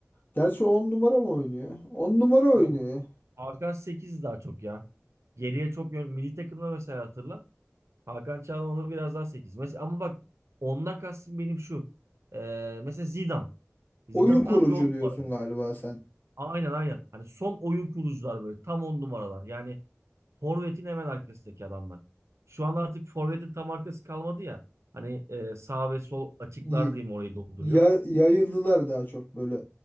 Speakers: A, on the left (about 40°); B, on the right (about 65°).
A: Gerçi 10 numara mı oynuyor? 10 numara oynuyor
B: Yok.
A: ya.
B: Hakan 8 daha çok ya. Geriye çok yön. Milli takımda mesela hatırla. Hakan Çalhanoğlu onu biraz daha 8. Mesela ama bak ondan kastım benim şu. Ee, mesela Zidane. Zidane
A: Oyun
B: tam
A: kurucu
B: bir on
A: diyorsun
B: numara.
A: galiba sen.
B: Aynen aynen. Hani son oyun kurucular böyle tam on numaralar. Yani forvetin hemen arkasındaki adamlar. Şu an artık forvetin tam arkası kalmadı ya. Hani e, sağ ve sol açıklar
A: Y-
B: diyeyim orayı dolduruyor.
A: ya- yayıldılar daha çok böyle.